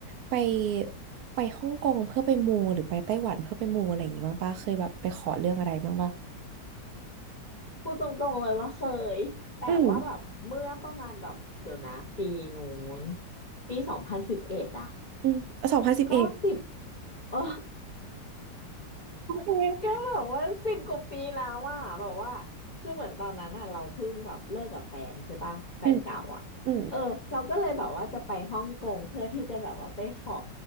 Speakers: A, on the right; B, on the left.
A: ไปไปฮ่องกงเพื่อไปมูหรือไปไต้หวันเพื่อไปมูอะไรอย่างงี้บ้างป่ะเคยแบบไปขอเรื่องอะไรบ้างป่ะ
B: พูดตรงๆเลยว่าเคยแต่ว่าแบบเมื่อประมาณแบบเดี๋ยวนะปีนู้น
A: อืม
B: ปีสองพันสิบเอ็ดอะ
A: อืมสองพันสิบเอ็ด
B: ก็สิบ <laughs> เออ
A: โอเค
B: ก็แบบว่าสิบกว่าปีแล้วอ่ะแบบว่าคือเหมือนตอนนั้นอ่ะเราเพิ่งแบบเลิกกับแฟนใช่ปะแฟนเก่าอ่ะเออเราก็เลยแบบว่าจะไปฮ่องกงเพื่อที่จะแบบว่าไปขอ
A: อืมอืม